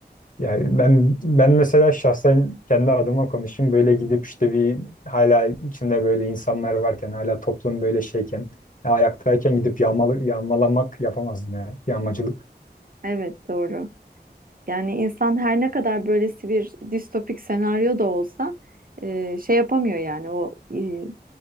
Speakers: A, on the left; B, on the right.
A: Yani ben ben mesela şahsen kendi adıma konuşayım böyle gidip işte bir hala içinde böyle insanlar varken hala toplum böyle şeyken ya ayaktayken gidip yağmalı, yağmalamak yapamazdım ya. yağmacılık.
B: Evet doğru. Yani insan her ne kadar böylesi bir distopik senaryo da olsa e, şey yapamıyor yani o e,